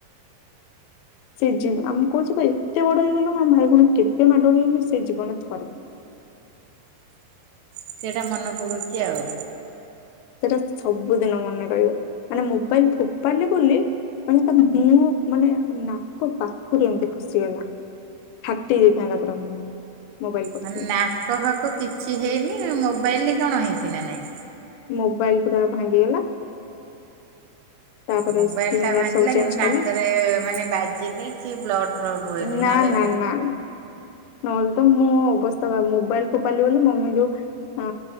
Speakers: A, on the left; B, on the right.
A: ସେ ଜୀ ଆମେ କହୁଛୁ ଏତେ ବଡ ହେଇଗଲୁଣୁ, ଆମେ ଭାଇ ଭଉଣୀ କେବେ ମାଡୋଳୋ ହେଇନି ସେଇ ଜୀବନରେ ଥରେ।
B: ସେଇଟା ମନେ ପଡୁଚି ଆଉ।
A: ସେଇଟା ସବୁଦିନ ମନେ ରହିବ। ମାନେ ମୋବାଇଲ୍ ଫୋପାଡିଲି ବୋଲି ମାନେ ତା ମୁହଁ, ମାନେ ନାକ ପାଖରୁ ଏମିତି ଖସିଗଲା। ଫାଟି ଯାଇଥାନ୍ତା ପୁରା ମୁହଁ। ମୋବାଇଲ ପଡିଥିଲେ
B: ମାନେ ନାକ ଫାଖ କିଛି ହେଇନି, ମୋବାଇଲ କଣ ହେଇଛି ନା ନାଇଁ?
A: ମୋବାଇଲ୍ ପୁରା ଭାଙ୍ଗିଗଲା। ତାପରେ
B: ମୋବାଇଲ
A: ସ୍କ୍ରିନ୍
B: ଟା
A: ଗାର୍ଡ
B: ଭାଙ୍ଗିଲା
A: ସବୁ ଚେଞ୍ଜ
B: କିନ୍ତୁ ନାକରେ
A: କଲି
B: ମାନେ ବାଜିନି କି ବ୍ଲଡ ପ୍ଲଡ ବୋହିନି
A: ନା
B: ନହେଲେ
A: ନା ନା ନା ନହେଲେ ତ ମୁଁ ଅବସ୍ଥା ବା ମୋବାଇଲ ଫୋପାଡିଲି ବୋଲି ମମି ଯୋଉ ଆ